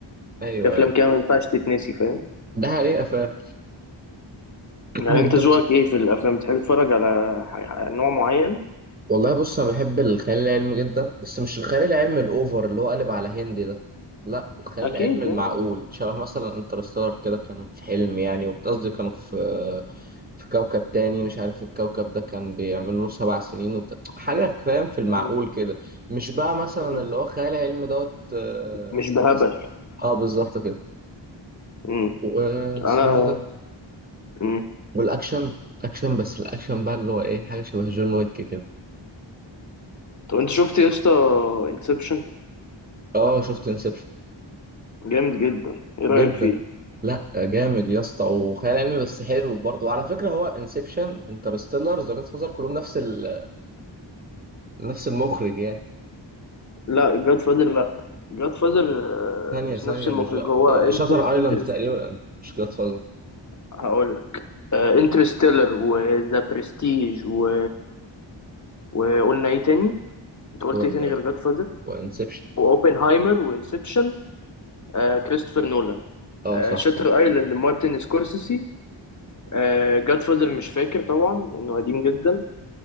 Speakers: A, on the right (about 20°); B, on the left (about 40°).
A: ايوه
B: في افلام
A: ايوه
B: كده ما ينفعش تتنسي فاهم
A: ده حقيقة فعلا <clears throat>
B: يعني انت
A: طب
B: ذوقك ايه في الافلام بتحب تتفرج على ح- نوع معين
A: والله بص انا بحب الخيال العلمي جدا بس مش الخيال العلمي الاوفر اللي هو قالب على هندي ده لا الخيال
B: اكيد
A: العلمي المعقول
B: يعني.
A: شبه مثلا انترستار كده كان في حلم يعني وقصدي كانوا في في كوكب تاني مش عارف الكوكب ده كان بيعملوا له سبع سنين وبتاع حاجة فاهم في المعقول
B: مم.
A: كده مش بقى مثلا
B: مم.
A: اللي هو خيال علمي دوت آه،
B: مش بهبل
A: مثلا اه بالظبط كده
B: مم.
A: واسمه
B: انا
A: ده
B: مم.
A: والاكشن اكشن بس الاكشن بقى اللي هو ايه حاجة شبه جون ويك كده
B: طب انت شفت يا اسطى انسبشن
A: اه شفت انسبشن
B: جامد جدا ايه رايك
A: جدا
B: فيه
A: لا جامد يا اسطى وخيال علمي بس حلو برضه وعلى فكره هو انسبشن انترستيلر ذا جاد فازر كلهم نفس ال... نفس المخرج يعني
B: لا جاد فادر لا جاد فادر
A: ثانيه
B: مش
A: ثانيه
B: نفس المخرج
A: مش لا
B: هو انتر
A: شاتر ايلاند
B: انترست
A: تقريبا مش جاد فازر
B: هقول لك انترستيلر وذا برستيج و... وقلنا ايه تاني انت قلت
A: وان...
B: ايه تاني غير جاد فادر
A: وانسبشن
B: واوبنهايمر وانسبشن آه كريستوفر نولان
A: اه
B: آه
A: صح
B: شاتر
A: صح
B: ايلاند مارتن سكورسيسي آه جاد فادر مش فاكر طبعا انه قديم جدا